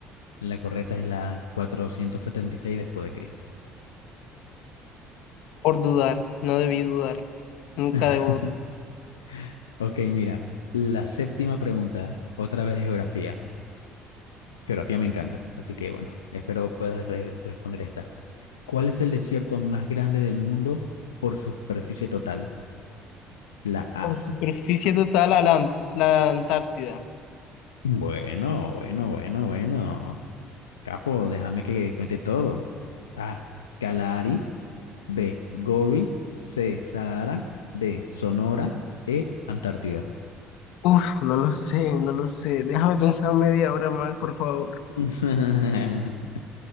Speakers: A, on the left (about 80°); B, on the left (about 65°).
A: la correcta es la 476 después de Cristo.
B: por dudar, no debí dudar, nunca
A: <laughs>
B: debo dudar.
A: Ok, mira, la séptima pregunta, otra vez de geografía. Geografía me encanta, así que bueno, espero puedas re- responder esta. ¿Cuál es el desierto más grande del mundo por superficie total? La A.
B: Por superficie total a la, Ant- la Antártida.
A: Bueno, bueno, bueno, bueno. Capo, déjame que cuente todo. A. Kalahari. B. Gobi. C. Sahara. D. Sonora. E. Antártida.
B: Uf, no lo sé, no lo sé. Déjame pensar media hora más, por favor.
A: <laughs>